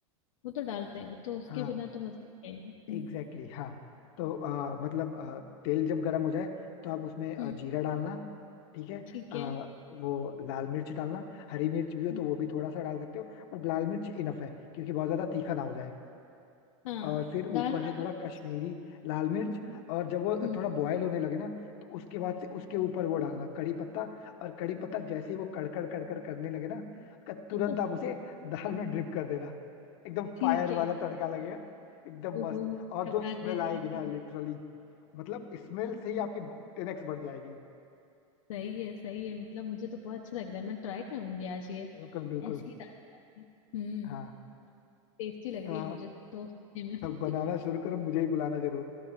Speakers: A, on the left; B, on the left.
A: वो तो डालते हैं वो तो उसके
B: हाँ
A: बिना तो मजा नहीं आएगा हम्म
B: एग्जैक्टली exactly, हाँ तो अ, मतलब अ, तेल जब गर्म हो जाए तो आप उसमें अ,
A: हम्म,
B: जीरा डालना ठीक है
A: ठीक
B: अ,
A: है
B: वो लाल मिर्च डालना हरी मिर्च भी हो
A: हम्म,
B: तो वो भी थोड़ा सा डाल सकते हो बट लाल मिर्च इनफ है क्योंकि बहुत ज्यादा तीखा ना हो जाए
A: हाँ
B: और फिर ऊपर
A: दाल चावल
B: से थोड़ा
A: थोड़े
B: कश्मीरी
A: से
B: लाल मिर्च और जब वो
A: हम्म,
B: थोड़ा बॉयल होने लगे ना तो उसके बाद से उसके ऊपर वो डालना कड़ी पत्ता और कड़ी पत्ता जैसे ही वो कड़कड़ कड़कड़ करने लगे ना उसका
A: <laughs>
B: तुरंत आप उसे दाल में ड्रिप कर देना एकदम
A: ठीक
B: फायर
A: है
B: वाला तड़का लगेगा एकदम
A: ओहो
B: मस्त और
A: क्या
B: जो
A: बात
B: स्मेल
A: है ढाबे
B: आएगी ना
A: वाली
B: लिटरली मतलब स्मेल से ही आपकी भूख 10x बढ़ जाएगी
A: सही है सही है मतलब मुझे तो बहुत अच्छा लग रहा है मैं ट्राई करूंगी आज ये
B: बिल्कुल बिल्कुल
A: ऐसी ही दाल बनाऊंगी हम्म
B: हाँ
A: टेस्टी लग
B: तो
A: रही
B: आप
A: है मुझे तो सुनने में
B: बनाना
A: <laughs>
B: शुरू करो मुझे ही बुलाना जरूर